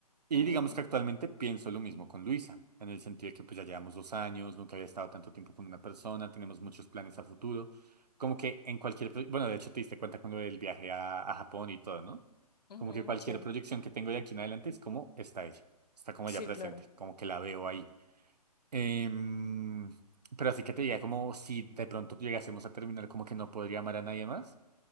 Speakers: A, on the right; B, on the left.
A: Y
B: ujú,
A: digamos que actualmente pienso lo mismo con Luisa, en el sentido de que pues ya llevamos dos años, nunca había estado tanto tiempo con una persona, tenemos muchos planes a futuro, como que en cualquier, pro- bueno, de hecho te diste cuenta con lo del viaje a, a Japón y todo, ¿no?
B: ujú,
A: Como que cualquier
B: sí,
A: proyección que tengo de aquí en adelante es como está ella, está como
B: sí,
A: ya presente,
B: claro,
A: como que la veo ahí. Em, pero así que te diga como si de pronto llegásemos a terminar, como que no podría amar a nadie más.